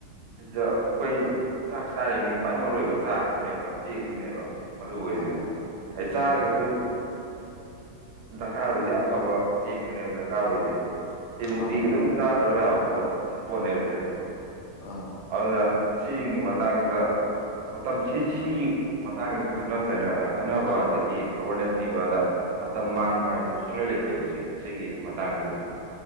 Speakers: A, on the right; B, on the left.
A: ꯁꯤꯗ ꯑꯩꯈꯣꯏ ꯆꯥꯛ ꯆꯥꯔꯤꯅꯤ ꯈ꯭ꯋꯥꯏ ꯃꯔꯨ ꯑꯣꯏꯕ ꯆꯥꯛꯁꯤꯅꯦꯕ ꯆꯦꯡꯖꯤꯅꯦꯕ ꯃꯔꯨ ꯑꯣꯏꯔꯤꯖꯦ
B: ꯃꯥꯅꯦ
A: ꯑꯩ ꯆꯥꯔꯒꯖꯨ
B: ꯎꯝ
A: ꯗꯀꯥꯔ ꯑꯣꯏꯔꯤꯖꯦ ꯑꯐꯕ ꯆꯦꯡꯗꯨꯅꯦꯕ ꯗꯔꯀꯥꯔ ꯑꯣꯏꯔꯤꯖꯦ ꯁꯤ ꯅꯨꯡꯇꯤꯒꯤ
B: ꯃꯥꯅꯦ
A: ꯑꯗꯨꯝ ꯆꯥꯗ꯭ꯔꯕ ꯌꯥꯕ ꯄꯣꯠ ꯄꯣꯠꯅꯦꯕꯁꯦ
B: ꯎꯝ
A: ꯑꯗꯨꯅ ꯁꯤꯒꯤ ꯃꯇꯥꯡꯖꯤꯗ ꯃꯇꯝ ꯁꯤ ꯁꯤꯒꯤ ꯃꯇꯥꯡꯖꯤꯗ ꯈꯟꯅ ꯆꯩꯅ ꯈꯟꯅꯕ ꯑꯗꯒꯤ ꯑꯦꯋꯥꯔꯅꯦꯁ ꯄꯤꯕꯥꯗ ꯃꯇꯝ ꯃꯥꯡꯕ ꯍꯥꯏꯕꯗꯨ ꯁꯨꯡꯂꯩ ꯂꯩꯇꯦꯕ ꯁꯤ ꯁꯤꯒꯤ ꯃꯇꯥꯡꯖꯤꯗꯗꯤ